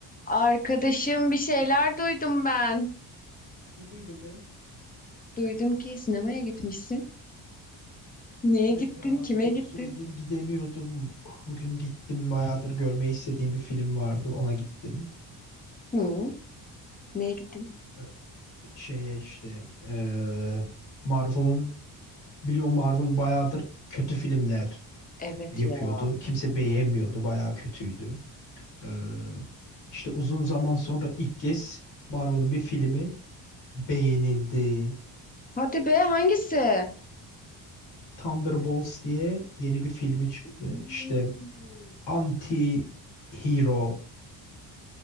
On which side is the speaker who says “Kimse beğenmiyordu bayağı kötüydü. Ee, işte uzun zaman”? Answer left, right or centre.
Left